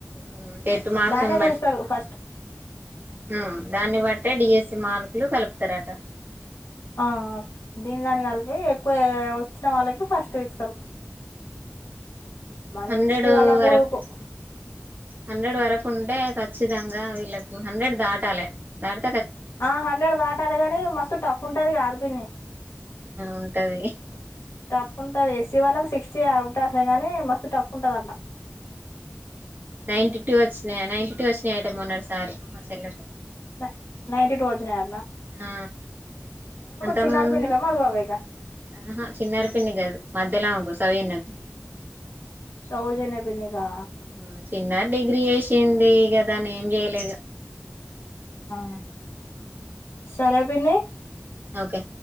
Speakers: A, on the right; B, on the left.
A: ఉమ్, టెట్ మార్క్స్ని
B: దాన్నే చూస్తారు ఫస్ట్
A: హ్మ్ దాన్ని బట్టే డిఎస్సి మార్కులు కలుపుతారట
B: ఆ దీని దాన్ని కలిపి ఎక్కువ వచ్చిన వాళ్ళకి ఫస్ట్ ఇస్తరు మన
A: హండ్రెడ్
B: ఏస్సి వాళ్ళకు
A: వరకు
B: క్
A: హండ్రెడ్ వరకు ఉంటే ఖచ్చితంగా వీళ్ళకు హండ్రెడ్ దాటాలే దాట్
B: ఆ హల్్రెడ్ దాటాలి కాని మస్తు టఫ్ ఉంటది కాదు పిన్ని
A: ఉంటది
B: టఫ్ ఉంటది ఏసీ వాళ్ళకు సిక్ చ్చి ఔట్ టఫే గానీ మస్తు టఫ్ ఉంటదంట
A: నైన్టీ టూ వచ్చినయా, నైన్టీ టూ వచ్చినాయి యట మొన్నడు సారి మా చెల్లెకు
B: నై నైన్టీటు వచ్చినాయ
A: ఆ అంత
B: చిన్నారి
A: ముందు
B: పిన్నికా మధు బాబాయ్ కా
A: ఆహ చిన్నారి పిన్ని కాదు మధ్యలో ఆమెకు నవీన కు
B: సౌజన్య పిన్నికా
A: హు చిన్న డిగ్రీ ఏసీన్ అదీ గదా అని ఏం చేయలే ఇగ
B: అవునా
A: ఆ
B: సరే పిన్ని
A: ఓకే